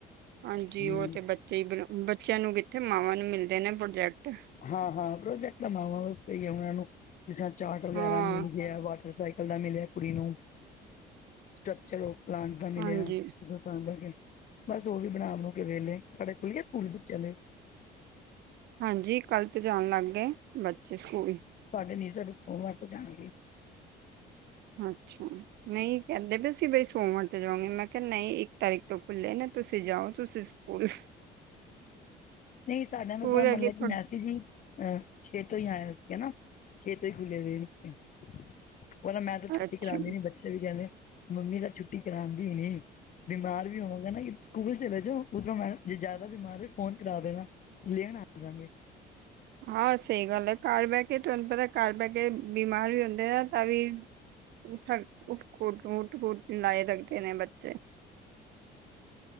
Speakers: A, on the right (about 75°); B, on the left (about 50°).
A: ਹਾਂਜੀ,
B: ਹਮ
A: ਉਹ ਤੇ ਬੱਚੇ ਈ ਬਨੋ ਬੱਚਿਆਂ ਨੂੰ ਕਿੱਥੇ, ਮਾਵਾਂ ਨੂੰ ਮਿਲਦੇ ਨੇ ਪ੍ਰੋਜੈਕਟ।
B: ਹਾਂ-ਹਾਂ, ਪ੍ਰੋਜੈਕਟ ਤਾਂ ਮਾਵਾਂ ਵਾਸਤੇ ਈ ਆ ਉਹਨਾਂ ਨੂੰ, ਜਿਸ ਤਰ੍ਹਾਂ ਚਾਟ ਵਗੈਰਾ
A: ਹਾਂ
B: ਮਿਲ ਗਿਆ। ਵਾਟਰਸਾਈਕ ਕ ਦਾ ਮਿਲਿਆ ਕੁੜੀ ਨੂੰ, ਸਟਕਚਰ ਔਫ ਪਲਾਂਟ ਦਾ ਮਿਲਿਆ।
A: ਹਾਂਜੀ
B: ਉਹ ਤਾਂ ਕਰਕੇ ਬਸ ਉਹ ਵੀ ਬਣਾ-ਬਣੂ ਕੇ ਵੇਲ੍ਹੇ, ਤੁਹਾਡੇ ਖੁੱਲ ਗਏ ਸਕੂਲ ਬੱਚਿਆਂ ਦੇ?
A: ਹਾਂਜੀ, ਕੱਲ੍ਹ ਤੋਂ ਜਾਣ ਲੱਗ ਗੇ, ਬੱਚੇ ਸਕੂਲ
B: ਸਾਡੇ ਨੀ ਸਾਡੇ ਸੋਮਵਾਰ ਤੋਂ ਜਾਣਗੇ।
A: ਅੱਛਾ, ਨ‌ਈ ਕਹਿੰਦੇ ਪਏ ਸੀ ਬਈ ਸੋਵਨ ਤੇ ਜਾਵਾਗੇ। ਮੈਂ ਕਿਆ ਨ‌ਈਂ ਇੱਕ ਤਾਰੀਕ ਤੋਂ ਖੁੱਲੇ ਨੇ ਤੁਸੀਂ ਜਾਓ ਤੁਸੀਂ ਸਕੂਲ।
B: ਨ‌ਈਂ, ਸਾਡਾ
A: ਸਕੂਲ
B: ਆ ਨੂੰ ਤਾਂ ਮਲਬ
A: ਹੈਗੇ ਤੁਹਾਡੇ?
B: ਕਿ ਮੈਸੇਜ ਈ, ਅ ਛੇ ਤੋਂ ਈ ਆਇਆ ਸੀ ਹਨਾ, ਛੇ ਤੋਂ ਈ ਖੁੱਲ੍ਹੇ ਰਹੇ ਨੇ ਉਹ ਤਾਂ ਮੈਂ ਤਾਂ ਛੁੱਟੀ
A: ਅੱਛਾ
B: ਕਰਾਂਦੀ ਨੀ ਬੱਚੇ ਵੀ ਕਹਿੰਦੇ, ਮੰਮੀ ਤਾਂ ਛੁੱਟੀ ਕਰਾਂਦੀ ਨੀ। ਬਿਮਾਰ ਵੀ ਹੋਵੋਂਗੇ ਨਾ ਕਿ, ਸਕੂਲ ਚਲੇ ਜਾਓ। ਉਧਰੋਂ ਮੈ ਨਾ ਜੇ ਜ਼ਿਆਦਾ ਬਿਮਾਰ ਹੋਏ ਫੋਨ ਕਰਾ ਦੇਣਾ। ਲੈਨ ਆਜਾਂ ਗੇ।
A: ਹਾਂ ਸਹੀ ਗੱਲ ਆ। ਘਰ ਬਹਿ ਕੇ ਤੁਹਾਨੂੰ ਪਤਾ ਘਰ ਬਹਿ ਕੇ ਬਿਮਾਰ ਵੀ ਹੁੰਦੇ ਆ। ਤਾਂ ਵੀ, ਉਠਕ ਉਠ ਕ ਓਠ ਕੁਦ ਲਾਏ ਰੱਖਦੇ ਨੇ ਬੱਚੇ।